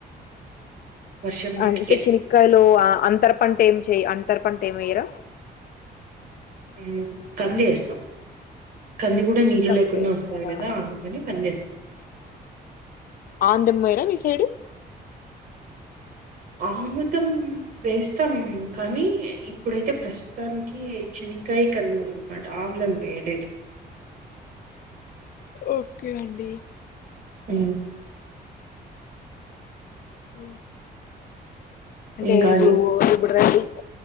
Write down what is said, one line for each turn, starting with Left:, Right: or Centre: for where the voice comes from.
Right: వర్షం నీటికే
Left: అంటే చనక్కాయలు అంతర పంట ఏం తే అంతర్ పంట ఏం వెయ్యరా
Right: హ్మ్ కందెస్తాం కంది గుడా నీళ్లు
Left: కంది
Right: లేకున్నా
Left: వేస్తారా
Right: వస్తది కదా అందుకని కందెస్తాం.
Left: ఆమ్దం పొయ్యరా మీ సైడు
Right: ఆముదం వేస్తాం కానీ ఇప్పుడైతే ప్రస్తుతానికి చి ఇంకా కంది ఉందనమాట ఆమ్దం వేయ్యలేదు.
Left: ఓకే అండి
Right: హ్మ్
Left: హ అంటే
Right: ఇంకా
Left: ఇప్పుడు
Right: అండి
Left: ఇప్పుడు రడి